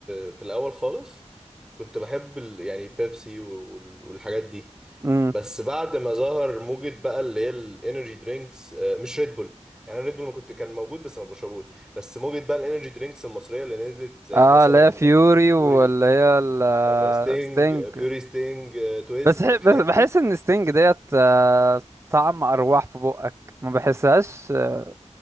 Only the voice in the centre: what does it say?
أه في الأول خالص كنت بحب ال يعني بيبسي وال- والحاجات دي
بس بعد ما ظهر موجة بقى اللي هي الانرجي درينكس أه مش ريد بول يعني ريد بول ما كنت كان موجود بس ما بشربوش بس موجة بقى الانرجي درينكس المصرية اللي نزلت زي
مثلا
فيوري
أه ستينج آه، فيوري ستينج أه تويست
الحاجات
دي